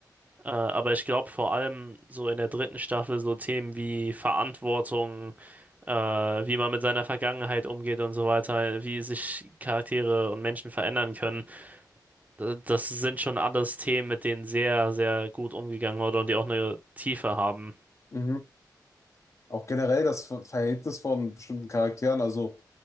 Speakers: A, on the right; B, on the left.
A: Äh, aber ich glaube vor allem so in der dritten Staffel so Themen wie Verantwortung, äh, wie man mit seiner Vergangenheit umgeht und so weiter, wie sich Charaktere und Menschen verändern können. d- Das sind schon alles Themen, mit denen sehr, sehr gut umgegangen wurde und die auch eine Tiefe haben.
B: Mhm. Auch generell das Ver- Verhältnis von bestimmten Charakteren, also